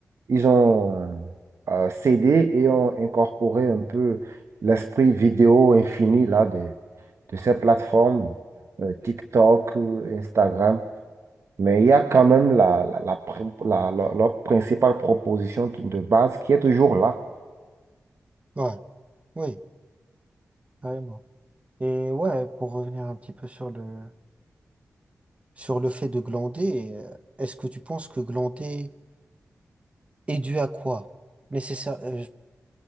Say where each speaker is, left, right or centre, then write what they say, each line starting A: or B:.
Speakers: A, on the right (about 60°); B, on the right (about 25°).
A: ils ont euh, cédé et ont incorporé un peu l'esprit vidéo infini là, de, de ces plateformes, euh, TikTok, euh, Instagram. Mais il y a quand même la, la, la pr- la- la- leur principale proposition de base qui est toujours là.
B: Ouais, oui, carrément. Et ouais, pour revenir un petit peu sur le sur le fait de glander, euh, est-ce que tu penses que glander est dû à quoi? Nécessaire, euh,